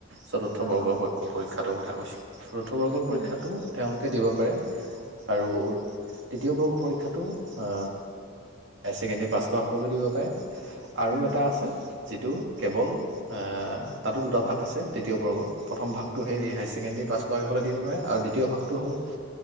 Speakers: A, on the right (about 65°); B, on the left (about 40°).
A: চতুৰ্থ
B: অ,
A: বৰ্গৰ
B: অ,
A: পৰীক্ষাটোৰ কথা কৈছো। চতুৰ্থ বৰ্গৰ
B: উম,
A: পৰীক্ষাটো তেওঁলোক দিব পাৰে আৰু তৃতীয় বৰ্গ পৰীক্ষাটো আ হায়াৰ ছেকেণ্ডেৰী পাছ কৰা সকলো দিব পাৰে। আৰু
B: উম,
A: এটা আছে। যিটো কেৱল এ তাতো দুটা ভাগ আছে তৃতীয়বৰ্গত। প্ৰথম ভাগটো সেই
B: উম,
A: হায়াৰছেকেণ্ডাৰী পাছ লৈ হলে দিব পাৰে আৰু দ্বিতীয় ভাগটো হ'ল,